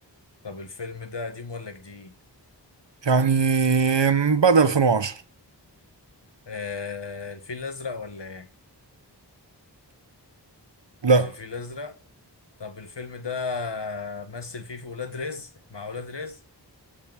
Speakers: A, on the left; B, on the right.
A: طب الفيلم ده قديم ولا جديد
B: يعني بعد 2010
A: آه الفيل الازرق ولا ايه
B: لا
A: مش الفيل الازرق طب الفيلم ده مثل فيه في ولاد رزق مع ولاد رزق